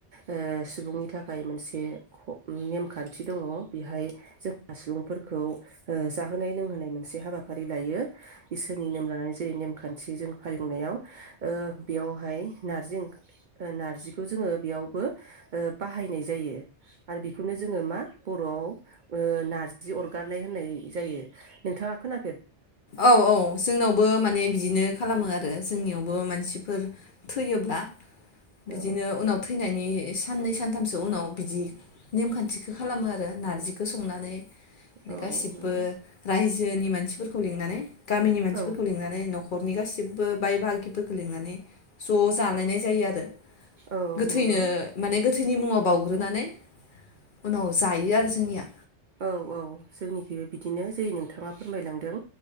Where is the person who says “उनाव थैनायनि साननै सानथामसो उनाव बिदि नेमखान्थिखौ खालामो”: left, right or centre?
Left